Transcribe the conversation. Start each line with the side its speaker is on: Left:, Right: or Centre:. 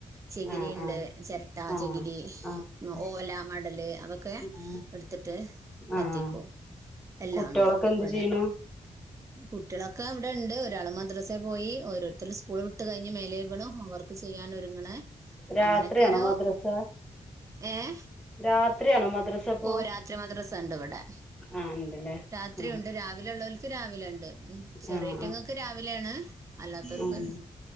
Right: ചകിരി
Centre: ആഹ്
Right: ഉണ്ട്
Centre: ആഹ്
Right: ചിരട്ട
Centre: ആഹ്
Right: ചകിരി
Centre: ആഹ്
Right: ഓല മടല് അതൊക്കെ
Centre: ആഹ്
Right: എടുത്തിട്ട് കത്തിക്കും
Centre: ആഹ്
Right: എല്ലാം
Centre: കുട്ടികളൊക്കെ
Right: ഉണ്ട്
Centre: എന്ത്
Right: ഇവിടെ
Centre: ചെയ്യണു
Right: ആട്ട <unintelligible> കുട്ടികളൊക്കെ അവിടെ ഉണ്ട് ഒരാള് മദ്രസെ പോയി ഓരോരുത്തർ സ്കൂൾ വിട്ട് കഴിഞ്ഞ് മേലേക്കണം ഹോം വർക്ക് ചെയ്യാൻ ഒരുങ്ങണെ
Centre: രാത്രിയാണോ
Right: അങ്ങനെയൊക്കെ ഒരുോ
Centre: മദ്രസ
Right: ഏഹ
Centre: രാത്രിയാണോ മദ്രസ ഇപ്പോ
Right: ഓ രാത്രി മാത്ര രസ ഉണ്ട് ഇവിടെ
Centre: ആഹ് ഉണ്ടല്ലേ
Right: രാത്രി
Centre: ആഹ്
Right: ഉണ്ട് രാവിലെുള്ളവർ രാവിലെ ഉണ്ട് ഉം ചെറിയറ്റങ്ങക്ക്
Centre: ആഹ്
Right: രാവിലെയാണ് അല്ലാത്തവർക്ക്
Centre: ആഹ് ആഹ്